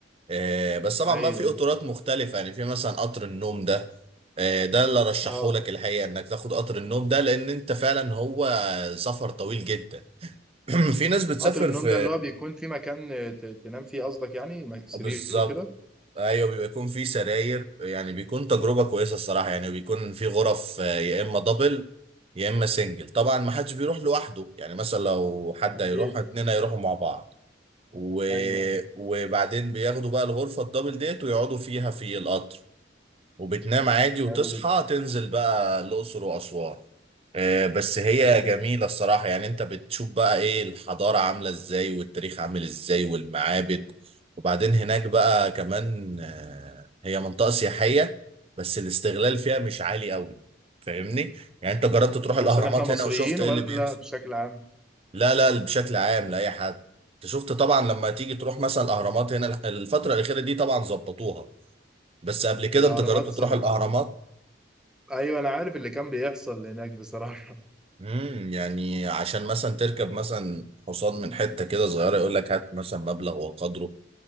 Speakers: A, on the right; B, in the centre.
A: آه، بس طبعا
B: ايوه
A: بقى في قطارات مختلفة يعني في مثلا قطر النوم ده آه، ده اللي رشحه
B: اه
A: لك الحقيقة انك تاخد قطر النوم ده لان انت فعلا هو سفر طويل جدا <clears throat> في ناس بتسافر
B: قطر النوم
A: في
B: ده اللي هو بيكون في مكان ت- تنام فيه قصدك يعني م- سرير
A: بالظبط
B: وكده
A: ايوه بيبقى يكون في سراير يعني بيكون تجربة كويسة الصراحة يعني بيكون في غرف آه، يا اما دبل يا اما سنجل طبعا ما حدش بيروح لوحده يعني مثلا لو حد
B: أكيد
A: هيروح اتنين
B: أكيد.
A: هيروحوا مع بعض و...
B: أيوه
A: وبعدين بياخدوا بقى الغرفة الدبل ديت ويقعدوا فيها في القطر وبتنام عادي وتصحى
B: حلو جدا
A: تنزل بقى الأقصر وأسوان آه، بس هي
B: حلو
A: جميلة
B: جدا
A: الصراحة يعني انت بتشوف بقى ايه الحضارة عاملة ازاي والتاريخ عامل ازاي والمعابد وبعدين هناك بقى كمان آه، هي منطقة سياحية بس الاستغلال فيها مش عالي قوي فاهمني يعني انت جربت تروح الأهرامات
B: عشان إحنا مصريين
A: هنا وشفت ايه
B: ولا
A: اللي بيحصل
B: بشكل عام
A: لا لا بشكل عام لأي حد انت شفت طبعا لما تيجي تروح مثلا الأهرامات هنا الفترة الأخيرة دي طبعا ظبطوها بس قبل كده
B: الأهرامات
A: انت جربت تروح
B: ظبطت
A: الأهرامات
B: طبعا أيوه أنا عارف اللي كان بيحصل هناك بصراحة
A: امم يعني عشان مثلا تركب مثلا حصان من حتة كده صغيرة يقول لك هات مثلا مبلغ وقدره